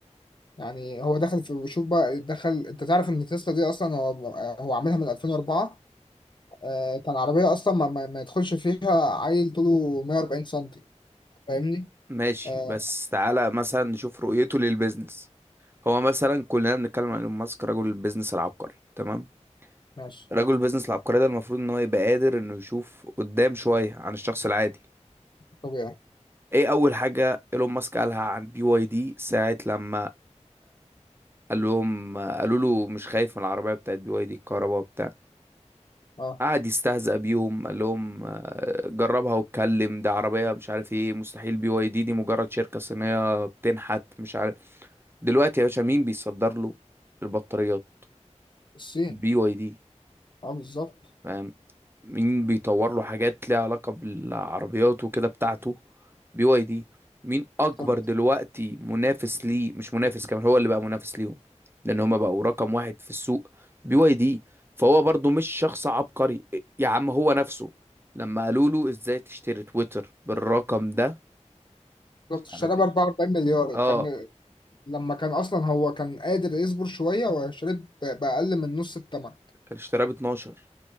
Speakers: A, on the left; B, on the right.
A: يعني هو دخل في شوف بقى دخل انت تعرف ان تسلا دي اصلا هو هو عاملها من 2004 آه كان عربيه اصلا ما, ما, ما يدخلش فيها عيل طوله 140 سم فاهمني
B: ماشي
A: آه
B: بس تعالى مثلا نشوف رؤيته للبيزنس هو مثلا كلنا بنتكلم عن ايلون ماسك رجل البيزنس العبقري تمام
A: ماشي
B: رجل البيزنس العبقري ده المفروض ان هو يبقى قادر انه يشوف قدام شوية عن الشخص العادي
A: طبيعي
B: ايه اول حاجة ايلون ماسك قالها عن بي واي دي ساعة لما قال لهم قالوا له مش خايف من العربية بتاعت بي واي دي الكهرباء وبتاع
A: اه
B: قعد يستهزأ بيهم قال لهم آه، جربها واتكلم ده عربية مش عارف ايه مستحيل بي واي دي دي مجرد شركة صينية بتنحت مش عارف دلوقتي يا باشا مين بيصدر له البطاريات
A: الصين
B: بي واي دي
A: اه بالظبط
B: فاهم مين بيطور له حاجات ليها علاقة بالعربيات وكده بتاعته بي واي دي مين اكبر
A: بالظبط
B: دلوقتي منافس ليه مش منافس كمان هو اللي بقى منافس ليهم لان هما بقوا رقم واحد في السوق بي واي دي فهو برضو مش شخص عبقري يا عم هو نفسه لما قالوا له ازاي تشتري تويتر بالرقم ده
A: بالظبط. اشتريها
B: عارف-
A: ب 44 مليار كان
B: اه
A: لما كان اصلا هو كان قادر يصبر شويه وشرب باقل من نص الثمن
B: كان اشتراه ب 12